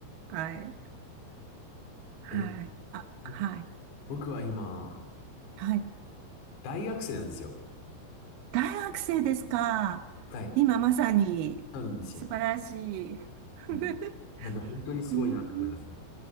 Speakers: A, on the right; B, on the left.
A: はい、はい、
B: えー
A: あ、
B: ぼ
A: はい、
B: 僕は今、
A: はい。
B: 大学生なんですよ。
A: 大学生ですか。
B: はい。
A: 今まさに、
B: そうなんですよ。
A: 素晴らしい。
B: うん
A: <laughs>
B: なんで本当にすごいなと思います。
A: うん、